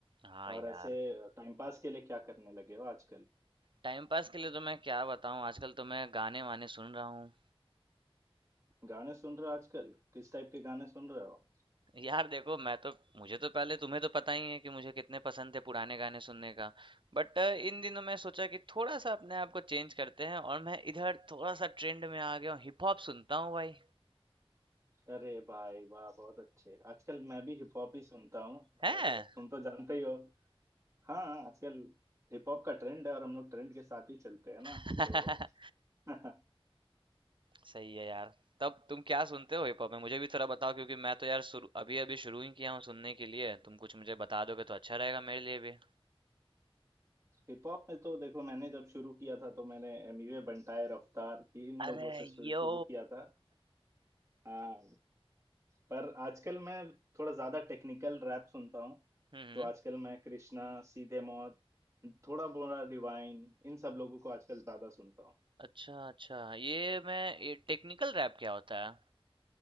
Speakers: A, on the right; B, on the right.
A: हाँ
B: और
A: यार
B: ऐसे टाइम पास के लिए क्या करने लगे हो आजकल
A: टाइम पास के लिए तो मैं क्या बताऊं आजकल तो मैं गाने वाने सुन रहा हूँ
B: गाने सुन रहे हो आजकल किस टाइप के गाने सुन रहे हो
A: यार देखो मैं तो मुझे तो पहले तुम्हें तो पता ही है कि मुझे कितने पसंद थे पुराने गाने सुनने का बट इन दिनों मैं सोचा कि थोड़ा सा अपने आप को चेंज करते हैं और मैं इधर थोड़ा सा ट्रेंड में आ गया हूँ हिप हॉप सुनता हूँ भाई
B: अरे भाई वाह बहुत अच्छे आजकल मैं भी हिप हॉप ही सुनता हूँ
A: है
B: और तुम तो जानते ही हो हाँ आजकल हिप हॉप का ट्रेंड है और हम लोग ट्रेंड के साथ ही चलते हैं ना
A: <laughs>
B: तो <laughs>
A: सही है यार तब तुम क्या सुनते हो हिप हॉप में मुझे भी थोड़ा बताओ क्योंकि मैं तो यार शुरू अभी अभी शुरू ही किया हूँ सुनने के लिए तुम कुछ मुझे बता दोगे तो अच्छा रहेगा मेरे लिए भी
B: हिप हॉप में तो देखो मैंने जब शुरू किया था तो मैंने एमिवे बंटाए रफ्तार इन
A: अरे
B: लोगों से शुरू
A: यो
B: शुरू किया था हाँ पर आजकल मैं थोड़ा ज्यादा टेक्निकल रैप सुनता हूँ
A: हम्म
B: तो आजकल मैं कृष्णा सीधे मौत थोड़ा बोरा डिवाइन इन सब लोगों को आजकल ज्यादा सुनता हूँ
A: अच्छा अच्छा ये मैं ये टेक्निकल रैप क्या होता है